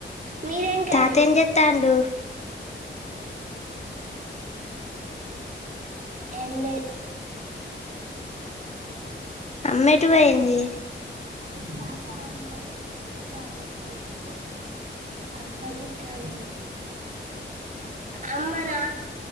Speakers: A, on the right (about 45°); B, on the left (about 35°).
A: మీదేం కర్రీ
B: తాత ఏం చెస్తాండు
A: ఏం లేదు
B: అమ్మా ఎటు పోయింది
A: తాత అమ్మ అనే ఇవవాడు కద అని చెప్పు అక్క కాడ అమ్మా నా